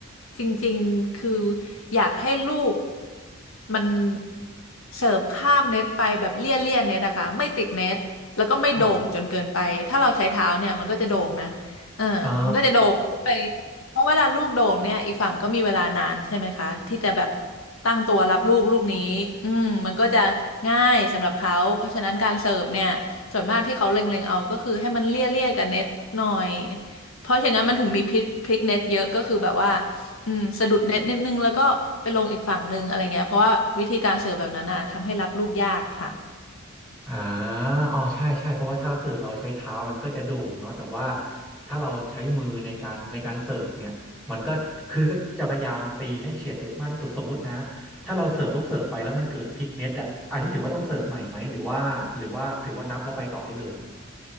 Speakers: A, on the left; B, in the centre.
A: จริงๆ คืออยากให้ลูกมันเสิร์ฟข้ามเน็ตไปแบบเลี่ยเลี่ยเน็ตอะค่ะไม่ติดเน็ต แล้วก็ไม่โด่งจนเกินไป
B: อ่า
A: ถ้าเราใช้เท้าเนี่ยมันก็จะโด่งนะเออมันก็จะโด่งขึ้นไป
B: อ๋อ
A: เพราะเวลาลูกโด่งเนี่ยอีกฝั่งก็มีเวลานานใช่ไหมคะที่จะแบบตั้งตัวรับลูกลูกนี้อืมมันก็จะง่ายสำหรับเขาเพราะฉะนั้นการเสิร์ฟเนี่ยส่วนมากที่เขาเล็งๆเอาก็คือให้มันเลี่ยเลี่ยกับเน็ตหน่อยเพราะอย่างนั้นมันถึงมีพลิกพลิกเน็ตเยอะก็คือแบบว่าอืมสะดุดเน็ตนิดนึงแล้วก็ไปลงอีกฝั่งนึงอะไรเงี้ยเพราะว่าวิธีการเสิร์ฟแบบนั้นอ่ะทำให้รับลูกยากค่ะ
B: อ่าอ๋อใช่ใช่เพราะว่าถ้าเราเกิดเราใช้เท้ามันก็จะโด่งเนาะแต่ว่าถ้าเราใช้มือในการในการเสิร์ฟเนี่ยมันก็คือก็จะพยายามตีให้เฉียดเด็ดมากที่สุดสมมุตินะถ้าเราเสิร์ฟลูกเสิร์ฟไปแล้วมันเกิดพลิกเน็ตอ่ะอันนี้ถือว่าต้องเสิร์ฟใหม่ไหมหรือว่าหรือว่าถือว่านับแล้วไปต่อได้เลย